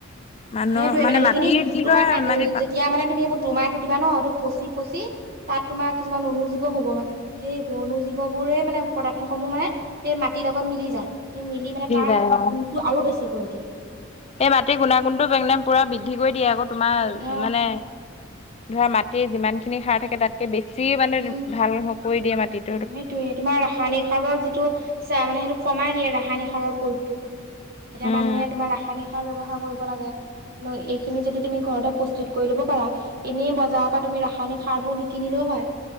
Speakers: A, on the left; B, on the right.
A: মানুহ
B: সেইটোৱে মানে সেইখিনি
A: মাটি কি
B: তোমাৰ
A: কয় মানে
B: যেতিয়া মানে তুমি এইবোৰ দুমাহ দিবা ন সিটো পচি-পচি তাত তোমাৰ কিছুমান অনুজীৱ হ'ব মানে, সেই অনুজীৱ বোৰে মানে মানে পদাৰ্থ সমূহ মানে এই মাটিৰ লগত মিলি যায়। সেই মিলি মানে তাৰ
A: যায় অ
B: গুণটো আৰু বেছি কৰি দিয়ে।
A: এই মাটিৰ <unintelligible> পুৰা বৃদ্ধি কৰি দিয়ে আকৌ তোমাৰ
B: অ
A: মানে ধৰা মাটিৰ যিমান খিনি সাৰ থাকে তাতকে বেছি মানে
B: উম
A: ভাল নকৰি দিয়ে মাটিত।
B: সেইটোয়ে, তোমাৰ ৰাসায়নিক সাৰৰ যিটো চা মানে সেইটো কমাই দিয়ে ৰাসায়নিক সাৰৰ প্ৰয়োগটো। এতিয়া
A: উম
B: মানুহে তোমাৰ ৰাসায়নিক সাৰ ব্যৱহাৰ কৰিব লাগে। লৈ এইখিনি যদি তুমি ঘৰতে প্ৰস্তুত কৰি লব পাৰা, এনে বজাৰৰ পৰা তুমি ৰাসায়নিক সাৰ বোৰ নিকিনিলো হয়।